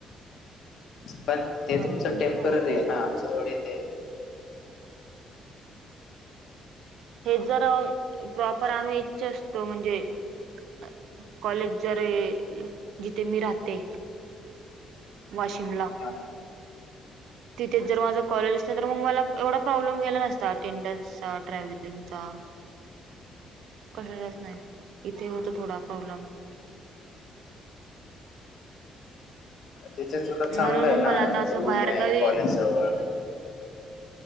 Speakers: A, on the left; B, on the right.
A: पण ते
B: आम्ही
A: तुमचं
B: पण
A: टेम्पररी
B: नाही बोलत तसं
A: आहे ना आमचं थोडी ते
B: हे जर प्रॉपर आम्ही इच्छा असतो म्हणजे अ कॉलेज जर आहे जिथे मी राहते. वाशिमला
A: हा हा.
B: तिथेच जर माझा कॉलेज अस तर मग मला एवढा प्रॉब्लेम गेला नसता अटेंडन्सचा, ट्रॅव्हलिंगचा कशाचच नाही इथे होतं थोडा प्रॉब्लेम.
A: तिथे तुला चांगलं
B: म्हणून
A: आहे
B: मग
A: ना
B: मला आता
A: एक
B: असं
A: रूम
B: बाहेरगावी
A: आहे कॉलेज जवळ.